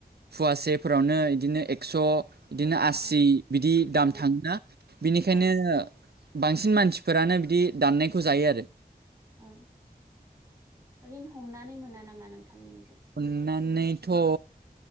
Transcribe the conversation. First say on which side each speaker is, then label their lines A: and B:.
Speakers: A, on the right; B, on the right.
A: फवासेफोरावनो बिदिनो एक्स' बिदिनो आसि
B: औ
A: बिदि दाम
B: औ
A: थाङा बिनिखायनो
B: औ
A: बांसिन मानसिफोरानो बिदि दाननायखौ जायो आरो।
B: औ ओरिनो हमनानै मोना नामा नोंथांमोननिजों?
A: हमना नैथ' ओ